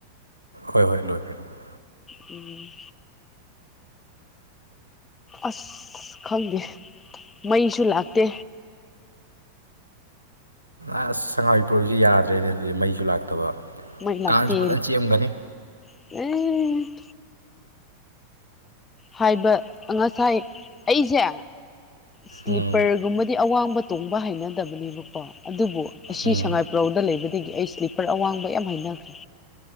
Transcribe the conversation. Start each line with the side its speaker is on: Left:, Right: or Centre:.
Right: ꯍꯣꯏ ꯍꯣꯏ ꯂꯣꯏꯈꯥꯔꯦ ꯑꯗꯨꯅ
Left: ꯎꯝ ꯑꯁ ꯈꯪꯗꯦ ꯃꯩꯁꯨ ꯂꯥꯛꯇꯦ
Right: ꯑꯁ ꯁꯉꯥꯏꯄ꯭ꯔꯁꯨ ꯌꯥꯗ꯭ꯔꯦꯅꯦ ꯑꯗꯨꯗꯤ ꯃꯩꯁꯨ ꯂꯥꯛꯇꯕ
Left: ꯃꯩ ꯂꯥꯛꯇꯦ
Right: ꯀꯥꯡꯁꯨ ꯐꯖꯅ ꯆꯤꯛꯑꯃꯒꯅꯤ
Left: <unintelligible> ꯍꯥꯏꯕ ꯉꯁꯥꯏ ꯑꯩꯁꯦ ꯁ꯭ꯂꯤꯞꯄꯔꯒꯨꯝꯕꯗꯤ
Right: ꯎꯝ
Left: ꯑꯋꯥꯡꯕ ꯇꯣꯡꯕ ꯍꯩꯅꯗꯕꯅꯦꯕꯀꯣ ꯑꯗꯨꯕꯨ ꯑꯁꯤ
Right: ꯎꯝ
Left: ꯁꯉꯥꯏꯄꯨꯔꯧꯗ ꯂꯩꯕꯗꯒꯤ ꯑꯩ ꯁ꯭ꯂꯤꯞꯄꯔ ꯑꯋꯥꯡꯕ ꯌꯥꯝ ꯍꯩꯅꯈ꯭ꯔꯦ